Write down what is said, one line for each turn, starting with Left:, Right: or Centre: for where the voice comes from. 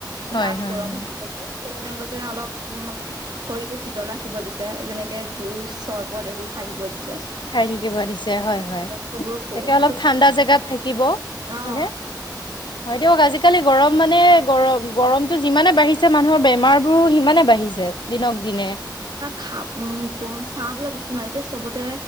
Left: হয়
Right: গাত
Left: হয়
Right: গৰম
Left: হয়
Right: হে
Left: হয়
Right: সেইকাৰণে কৈছে অলপ মানে শৰীৰটো শীতল ৰাখিব দিছে যেনেকে জুজ চৰবত এইবোৰ খাই থাকিব দিছে
Left: খাই থাকিব দিছে হয় হয়
Right: বস্তুবোৰ ফ্ৰু-
Left: তাকে অলপ
Right: ফ্ৰুট
Left: ঠাণ্ডা
Right: খাব
Left: জেগাত থাকিব।
Right: অ
Left: হয়নে হয় দিয়ক আজিকালি গৰম মানে গৰম গৰমটো যিমানে বাঢ়িছে। ছে মানুহৰ বেমাৰবোৰো সিমানে বাঢ়িছে দিনক দিনে
Right: খ চাহ বোলা বস্তু নাই এতিয়া চবতে